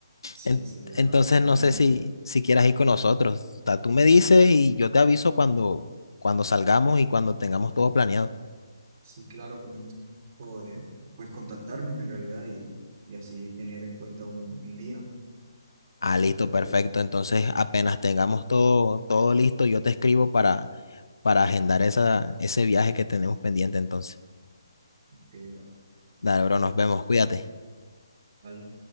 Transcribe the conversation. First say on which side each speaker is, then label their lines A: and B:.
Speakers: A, on the right; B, on the left.
A: Sí,
B: En-
A: sería
B: entonces
A: muy
B: no
A: bueno
B: sé
A: en
B: si,
A: realidad.
B: si quieras ir con nosotros. O sea, tú me dices y yo te aviso cuando, cuando salgamos y cuando tengamos todo planeado.
A: Sí, claro, podemos o, eh, pues contactarnos en realidad y, y así tener en cuenta un, un día
B: Ah, listo,
A: y poder
B: perfecto.
A: ir.
B: Entonces apenas tengamos todo, todo listo, yo te escribo para, para agendar esa, ese viaje que tenemos pendiente entonces.
A: Ok,
B: Dale, bro, nos vemos. Cuídate.
A: Vale.